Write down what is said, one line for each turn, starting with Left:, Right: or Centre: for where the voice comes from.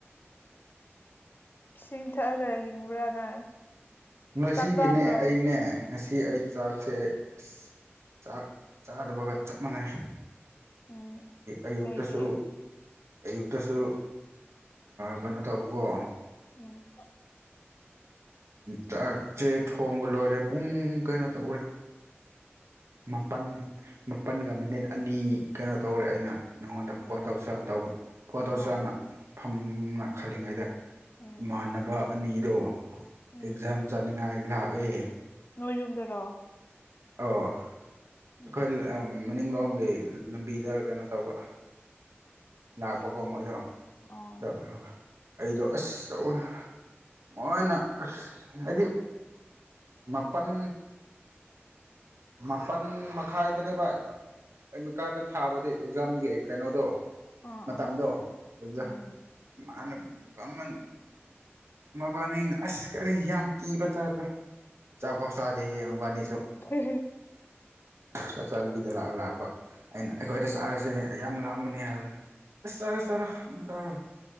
Left: ꯏꯁꯤꯡ ꯊꯛꯑꯒ ꯍꯤꯡꯕ꯭ꯔꯥ ꯅꯪ
Right: ꯉꯁꯤꯒꯤꯅꯦ
Left: ꯆꯥꯛ ꯆꯥꯗ꯭ꯔꯣ
Right: ꯑꯩꯅꯦ
Left: ꯎꯝ
Right: ꯉꯁꯤ
Left: ꯎꯝ
Right: ꯑꯩ ꯆꯥꯛꯁꯦ ꯑꯁ ꯆꯥꯛ ꯆꯥꯗꯕꯒ ꯆꯞ ꯃꯥꯟꯅꯩ
Left: ꯎꯝ
Right: ꯑꯌꯨꯛꯇꯁꯨ
Left: ꯀꯩꯒꯤ
Right: ꯑꯌꯨꯛꯇꯁꯨ ꯀꯩꯅꯣ ꯇꯧꯕꯀꯣ
Left: ꯎꯝ
Right: ꯆꯥꯛꯁꯦ ꯊꯣꯡꯕ ꯂꯣꯏꯔꯦ ꯄꯨꯡ ꯀꯩꯅꯣ ꯇꯧꯔꯦ ꯃꯥꯄꯜ ꯃꯥꯄꯜꯒ ꯃꯤꯅꯤꯠ ꯑꯅꯤ ꯀꯩꯅꯣ ꯇꯧꯔꯦ ꯑꯩꯅ ꯅꯉꯣꯟꯗ
Left: ꯎꯝ
Right: ꯐꯣꯟ ꯇꯧꯁꯤꯔꯅ ꯇꯧꯕ ꯐꯣꯟ ꯇꯧꯁꯤꯔꯅ
Left: ꯑꯣ ꯑꯣ
Right: ꯐꯝꯅ ꯈꯜꯂꯤꯉꯩꯗ
Left: ꯎꯝ
Right: ꯏꯃꯥꯟꯅꯕ ꯑꯅꯤꯗꯣ
Left: ꯎꯝ
Right: ꯑꯦꯛꯖꯥꯝ ꯆꯠꯅꯤꯡꯉꯥꯏ ꯂꯥꯛꯑꯦ
Left: ꯅꯣꯏ ꯌꯨꯝꯗꯔꯣ
Right: ꯑꯩ
Left: ꯎꯝ
Right: ꯑꯩꯈꯣꯏ
Left: ꯎꯝ
Right: ꯃꯅꯤꯡꯂꯣꯝꯒꯤ ꯂꯝꯕꯤꯗ ꯀꯩꯅꯣ ꯇꯧꯕ ꯥꯛꯄꯀ ꯃꯣꯏꯗ ꯑꯗ
Left: ꯑꯣ
Right: <unintelligible> ꯑꯩꯗꯣ ꯑꯁꯧ ꯃꯥꯅ ꯑꯁ ꯍꯥꯏꯗꯤ ꯃꯥꯄꯟ ꯃꯥꯄꯜ ꯃꯈꯥꯏꯗꯅꯦꯕ ꯑꯩ ꯃꯤ ꯀꯥꯔꯗ ꯊꯥꯕꯗꯤ ꯑꯦꯛꯖꯥꯝꯒꯤ ꯀꯩꯅꯣꯗꯣ
Left: ꯑꯥ
Right: ꯃꯇꯝꯗꯣ
Left: ꯑꯥ
Right: ꯑꯗꯨꯗ
Left: ꯎꯝ
Right: ꯃꯥꯅ ꯃꯃꯟ ꯃꯕꯥꯅꯤꯅ ꯑꯁ ꯀꯔꯤ ꯌꯥꯝ ꯀꯤꯕ ꯇꯥꯏꯕ꯭ꯔ ꯆꯐꯧ ꯆꯥꯗꯦꯌꯦ ꯃꯕꯥꯅꯤꯁꯨ
Left: ꯍ ꯍ
Right: ꯆꯥꯛꯆꯥꯕꯤꯗꯂꯥ ꯂꯥꯛꯄ ꯑꯩꯅ ꯑꯩꯈꯣꯏꯗ
Left: ꯎꯝ
Right: ꯆꯥꯔꯁꯦ ꯌꯥꯝ ꯂꯥꯝꯒꯅꯤ ꯍꯥꯏꯕꯗ ꯑꯁ ꯆꯠꯔꯣ ꯆꯥꯔꯣ